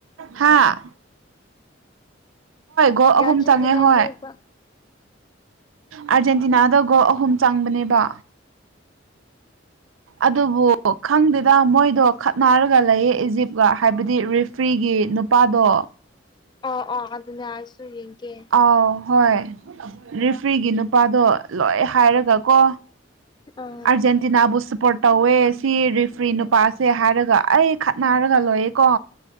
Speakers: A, on the right; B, on the left.
A: ꯍꯥꯥ ꯒꯣꯜ
B: ꯑꯔꯖꯦꯦꯟꯇꯤꯅꯥꯗꯤꯧ
A: ꯑꯍꯨꯝ ꯆꯪꯉꯦ ꯍꯣꯏ ꯑꯥꯔꯖꯦꯟꯇꯤꯅꯥꯗ ꯒꯣꯜ ꯑꯍꯨꯝ ꯆꯪꯕꯅꯦꯕ
B: ꯑꯣ
A: ꯑꯗꯨꯕꯨ ꯈꯪꯗꯦꯗ ꯃꯣꯏꯗꯣ ꯈꯠꯅꯔꯒ ꯂꯩꯌꯦ ꯏꯖꯤꯞꯀ ꯍꯥꯏꯕꯗꯤ ꯔꯤꯐ꯭ꯔꯤꯒꯤ ꯅꯨꯄꯥꯗꯣ
B: ꯑꯣ ꯑꯣ ꯑꯗꯨꯅ ꯍꯥꯏꯁꯨ ꯌꯦꯡꯒꯦ
A: ꯑꯥꯎ ꯍꯣꯏ ꯔꯔꯤꯐ꯭ꯔꯤꯒꯤ ꯅꯨꯄꯥꯗꯣ ꯂꯣꯏ ꯍꯥꯏꯔꯒ ꯀꯣ
B: ꯑꯥ
A: ꯑꯔꯖꯦꯟꯇꯤꯅꯥꯕꯨꯁ ꯄꯣꯔꯠ ꯇꯧꯋꯦ ꯁꯤ ꯔꯤꯐ꯭ꯔꯤ ꯅꯨꯄꯥꯁꯦ ꯍꯥꯏꯔꯒ ꯑꯩ ꯈꯠꯅꯔꯒ ꯂꯣꯏꯌꯦꯦꯀꯣ